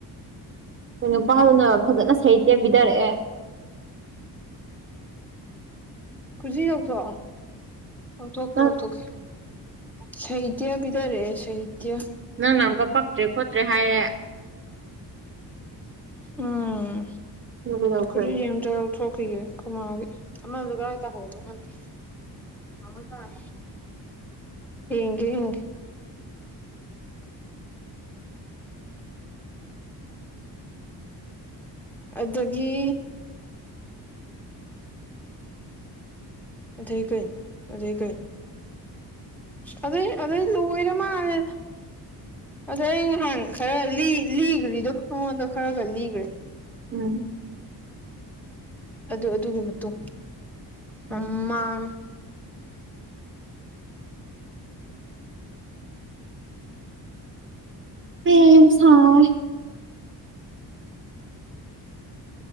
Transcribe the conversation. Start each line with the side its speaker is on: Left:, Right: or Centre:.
Right: ꯀ ꯅꯨꯄꯥꯗꯨꯅ ꯐꯖꯅ ꯁꯍꯤ ꯇꯦꯕꯤꯊꯔꯛꯑꯦ
Centre: ꯈꯨꯖꯤ ꯂꯧꯊꯣꯛꯑꯣ ꯂꯧꯊꯣꯛꯀꯦ
Right: ꯅꯪ
Centre: ꯂꯧꯊꯣꯛꯀꯦ ꯁꯍꯤꯗꯕꯤꯗꯔꯦ ꯁꯍꯤꯗ
Right: ꯅꯪꯅ ꯑꯃꯨꯛꯀ ꯄꯛꯇ꯭ꯔꯦ ꯈꯣꯠꯇ꯭ꯔꯦ ꯍꯥꯏꯔꯦ
Centre: ꯎꯝ
Right: ꯑꯗꯨ ꯀꯩꯗꯧꯈ꯭ꯔꯦ
Centre: ꯈꯨꯖꯤ ꯌꯦ ꯑꯃꯇ ꯂꯧ ꯊꯣꯛꯈꯤꯒꯦ ꯈꯨꯃꯒꯤ ꯑꯃꯥꯖꯒꯔ ꯑꯇꯥ ꯍꯕ ꯌꯦꯒꯦ ꯍꯦ
Right: <unintelligible>
Centre: ꯑꯗꯨꯗꯒꯤ ꯑꯗꯩ ꯀꯩꯅꯅ ꯑꯗꯩ ꯀꯩꯅꯅ ꯑꯗ ꯑꯗ ꯂꯣꯏꯔ ꯃꯥꯅꯦ ꯑꯗ ꯑꯩ ꯅꯍꯥꯟ ꯈꯔ ꯂꯤꯈ꯭ꯔꯤꯗꯣ ꯃꯉꯣꯟꯗꯣ ꯈꯔ ꯈꯔ ꯂꯤꯈ꯭ꯔꯦ
Right: ꯎꯝ
Centre: ꯑꯗꯨ ꯑꯗꯨꯒꯤ ꯃꯇꯨꯡ ꯃꯃ
Right: ꯎꯝ
Centre: ꯍ
Right: ꯑꯦꯦꯝꯁ ꯍꯥ